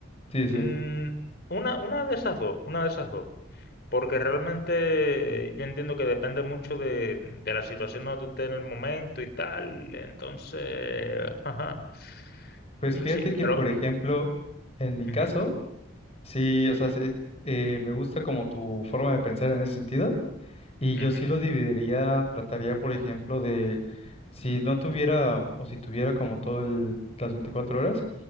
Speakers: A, on the left (about 30°); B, on the left (about 50°).
A: sí,
B: Mm,
A: sí.
B: una, una de esas dos, una de esas dos. Porque realmente yo entiendo que depende mucho de, de la situación donde tú estés en el momento y tal. Entonces, <laughs> ajá.
A: Pues
B: Mm,
A: fíjate
B: Sí,
A: que,
B: pero...
A: por ejemplo, en mi caso,
B: ujú,
A: sí, o sea, sí, eh, me gusta como tu forma de pensar en ese sentido, y yo
B: ujú,
A: sí lo dividiría, trataría, por ejemplo, de si no tuviera o si tuviera como todo el, las 24 horas.